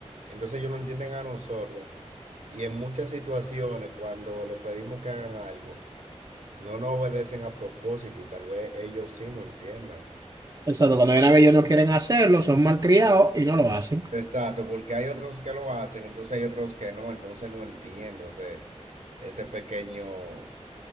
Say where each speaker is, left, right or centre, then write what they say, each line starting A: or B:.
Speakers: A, on the right; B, on the right.
A: Entonces ellos no entienden a nosotros. Y en muchas situaciones, cuando le pedimos que hagan algo, no nos obedecen a propósito y tal vez ellos sí no entiendan.
B: Exacto, cuando viene a ver ellos no quieren hacerlo, son malcriados y no lo hacen.
A: Exacto, porque hay otros que lo hacen, entonces hay otros que no, entonces no entiendo ese, ese pequeño